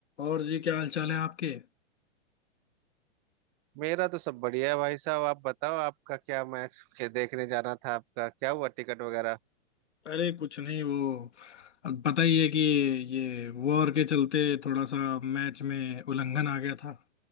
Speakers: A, on the left (about 80°); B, on the right (about 35°).
A: और जी क्या हाल चाल है आपके
B: मेरा तो सब बढ़िया है भाई साहब आप बताओ आपका क्या मैच के देखने जाना था आपका क्या हुआ टिकट वगैरह
A: अरे कुछ नहीं वो अब पता ही है कि ये वॉर के चलते थोड़ा सा मैच में उल्लंघन आ गया था